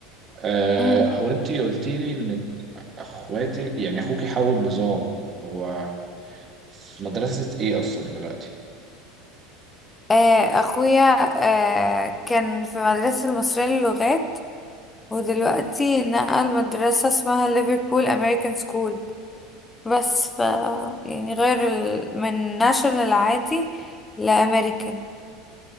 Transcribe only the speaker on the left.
مم.
آه، اخويا آه، كان في مدرسة المصرية للغات ودلوقتي نقل مدرسة اسمها ليفربول امريكان سكول بس ف يعني غير ال... من ناشونال عادي لامريكان